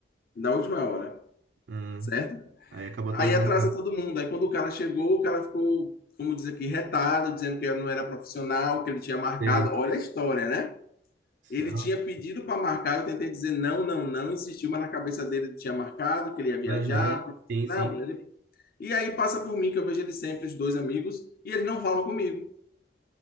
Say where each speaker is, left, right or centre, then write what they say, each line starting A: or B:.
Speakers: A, on the left; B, on the right.
A: na última hora,
B: Ah,
A: certo?
B: aí acabou
A: Aí
B: atrasando
A: atrasa
B: uma.
A: todo mundo. Aí quando o cara chegou, o cara ficou, como diz aqui, retado, dizendo que não era profissional, que ele tinha marcado.
B: Sei.
A: Olha a história, né? Ele
B: Ah,
A: tinha pedido para marcar, eu tentei dizer não, não, não, insistiu, mas na cabeça dele ele tinha marcado, que ele ia viajar.
B: Aham,
A: Pra...
B: sim,
A: Não,
B: sim.
A: ele... E aí passa por mim, que eu vejo ele sempre, os dois amigos, e eles não falam comigo.